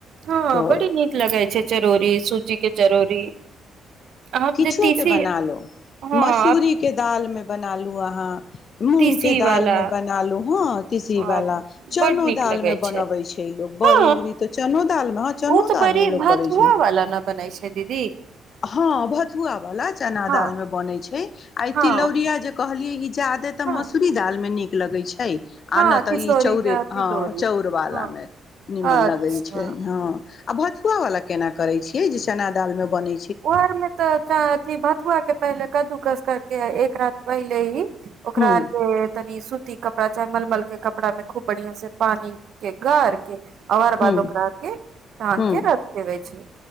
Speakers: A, on the right (about 65°); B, on the left (about 50°).
A: हँ
B: तऽ
A: बड़ी नीक लगै छै चरौरी सूजी के चरौरी आब
B: किछु
A: जे तीसी
B: के बना लो
A: हँ
B: मसूरीे
A: आब
B: दाल फल मे बन लू अहाँ मूँगके
A: तीसी वाला
B: दालमे बन लू हँ तीसीवला
A: ह
B: चनो
A: बड नीक
B: दालमे
A: लगै
B: बनबै छै लोक
A: हँ
B: बड़ी उरी तऽ चनो दालमे हँ चनो
A: ओ तऽ
B: दालमे
A: बड़ी
B: लोक
A: भथुआ
B: करै छै
A: वाला न बनै छै दीदी
B: हँ भथुआ वालला चना
A: हँ
B: दाल मे बनैइ छै आ
A: हँ
B: तिलौरिया जे कहलियै ई जादे तऽ
A: हँ
B: मसूरी दाल मे निक लगै छै आ
A: हँ
B: नहि तऽ
A: तिसौरी
B: ई चौरे
A: क तिलौरी
B: हँ चौउरवाला
A: हँ
B: मे नीमन
A: अच्छा
B: लगै छै हँ आ भथुआ वाला केना करे छीे जे चना दाल में बने
A: ओर मे तऽ अथी भतुआ के पहिले कदु कस करके एक रात पहिले ही ओकरा
B: हूँ
A: आरके तनी सूती कप कपड़ा चाहे मलमल के कपड़ा में खूब बढ़ियां से पानी के गार के अोर
B: हूँ
A: बाद ओकरा के ढाँंग
B: हूँ
A: के रख देबे छै